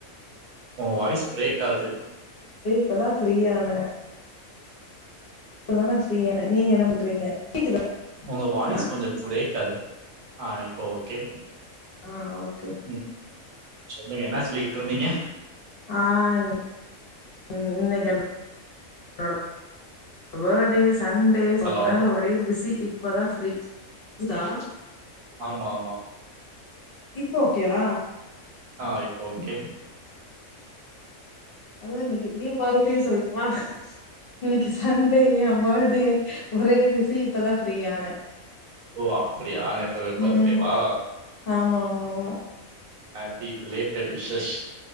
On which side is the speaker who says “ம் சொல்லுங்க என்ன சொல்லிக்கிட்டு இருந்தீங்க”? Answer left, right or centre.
Right